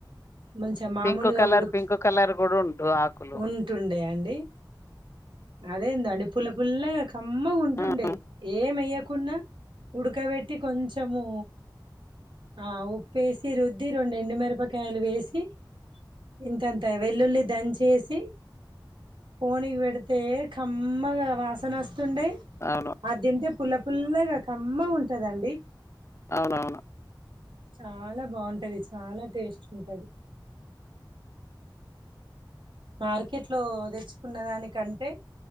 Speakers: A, on the right; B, on the left.
A: మంచిగా మామూలుగా
B: పింక్ కలర్
A: ఉడుక్
B: పింక్ కలర్ కూడా ఉండు ఆకులు
A: ఉంటుండే అండి. అదేందో అండి పుల్ల పుల్లగా కమ్మగా ఉంటుండే.
B: ఉమ్
A: కున్నా ఉడకబెట్టి కొంచెము. ఆ ఉప్పేసి రుద్ది రెండు ఎండు మిరపక్. కాయలు వేసి ఇంతంత వెల్లుల్లి దంచసి. పోనీకి పేడితే కమ్మగా వాసన. వస్తుండే
B: అవును
A: అది తింటే పుల్ల పుల్లగా కమ్మ ఉంటదండి.
B: అవునవును.
A: చాలా బాగుంటది చాలా టేస్ట్‌. ఉంటాది. మార్కెట్లో తెచ్చుకున్న దానికంటే.